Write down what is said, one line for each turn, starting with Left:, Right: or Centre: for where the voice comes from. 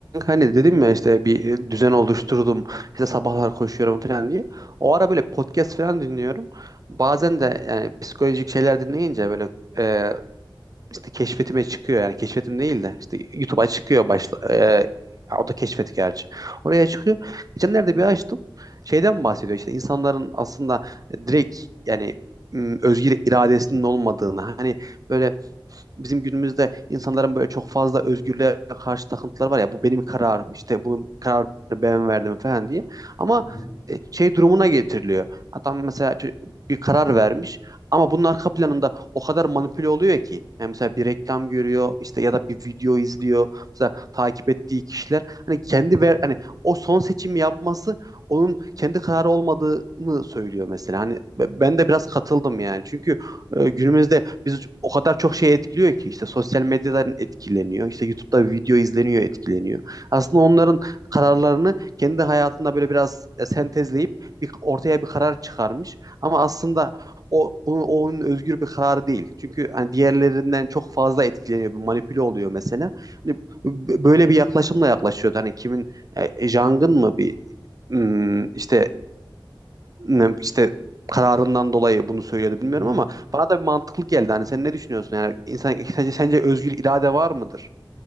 Right: Hani dedim ya işte bir düzen oluşturdum. işte sabahlar koşuyorum falan diye. O ara böyle podcast falan dinliyorum. Bazen de yani psikolojik şeyler dinleyince böyle e, işte keşfetime çıkıyor. Yani keşfetim değil de işte YouTube'a çıkıyor başla. e, o da keşfet gerçi. Oraya çıkıyor. Geçenlerde bir açtım. Şeyden bahsediyor işte insanların aslında direkt yani m, özgür iradesinin olmadığını. Hani böyle bizim günümüzde insanların böyle çok fazla özgürlüğe karşı takıntıları var ya bu benim kararım işte bu kararı ben verdim falan diye. Ama
Left: Hı hı.
Right: e, şey durumuna getiriliyor. Adam mesela çö- bir karar vermiş ama bunun arka planında o kadar manipüle oluyor ki. Yani mesela bir reklam görüyor işte ya da bir video izliyor. Mesela takip ettiği kişiler hani kendi ver hani o son seçimi yapması onun kendi kararı olmadığını söylüyor mesela. Hani be- ben de biraz katıldım yani. Çünkü e, günümüzde biz o kadar çok şey etkiliyor ki işte sosyal medyadan etkileniyor. işte YouTube'da video izleniyor, etkileniyor. Aslında onların kararlarını kendi hayatında böyle biraz e, sentezleyip bir ortaya bir karar çıkarmış. Ama aslında o onun, onun özgür bir kararı değil. Çünkü hani diğerlerinden çok fazla etkileniyor, bir manipüle oluyor mesela. Hani b- böyle bir yaklaşımla yaklaşıyordu. Hani kimin e, Jang'ın mı bir ım, işte ne- işte kararından dolayı bunu söylüyordu bilmiyorum
Left: Hı hı.
Right: ama bana da bir mantıklı geldi. Hani sen ne düşünüyorsun? Yani insan sence, sence özgür irade var mıdır?